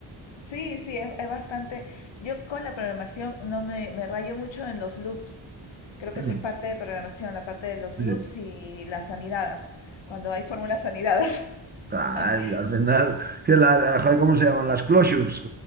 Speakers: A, on the left; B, on the right.
A: Sí, sí, es, es bastante. Yo con la programación no me, me rayo mucho en los loops. Creo que
B: <laughs>
A: esa es parte de programación, la parte de los
B: Sí.
A: loops y las anidadas, cuando hay fórmulas anidadas.
B: Ah,
A: <laughs>
B: al final, que la, joder, ¿cómo se llaman? Las closures.